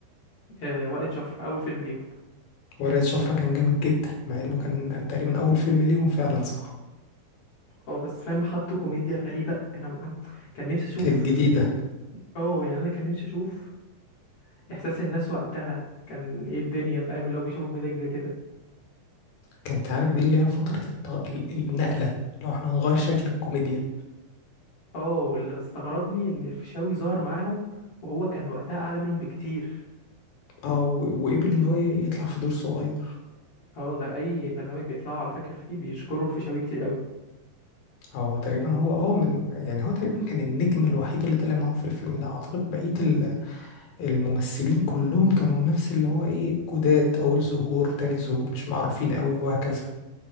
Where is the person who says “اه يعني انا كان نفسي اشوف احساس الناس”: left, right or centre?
Left